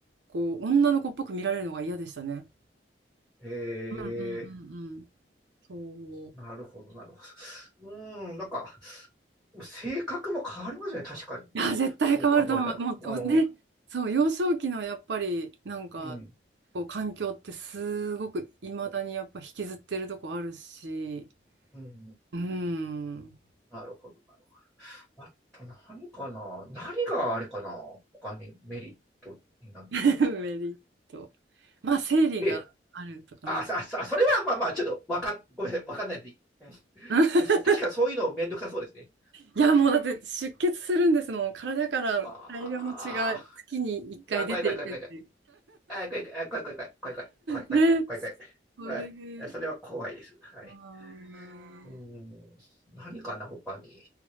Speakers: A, on the right; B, in the centre.
A: 好、女の子っぽく見られるのが嫌でしたね。
B: へえ、
A: うんうん。そう。
B: なるほど、なるほど。うーん、なんか、性格も変わりますね、確かに。
A: いや、絶対変わると思う。
B: そう考えたら。
A: もうおね、
B: うん、
A: そう、幼少期のやっぱりなんか、
B: うん、
A: こう環境ってすごくいまだにやっぱ引きずってるとこあるし、
B: うん、
A: うーん。
B: なるほど、なるほど。あと何かな何があれかな他にメリットになるのかな
A: <laughs> メリット。まあ、生理があるとかない。
B: で、あ、さ、さ、それはまあまあ、ちょっとわかん、ごめんなさい、わかんないんで、うん
A: <laughs>
B: 確か、確かそういうのめんどくさそうですね。
A: いや、もうだって出血するんですもん。体から大量の血が月に1回出ていくっていう。
B: ああ、わ、怖い怖い怖い怖い。あ、怖い、あ、怖い、怖い、怖い、怖い、怖い、怖い、
A: ね、
B: 怖い、怖い、
A: それで。
B: 怖い。あそれは怖いです。はい。
A: あー
B: うーん、何かな、他に。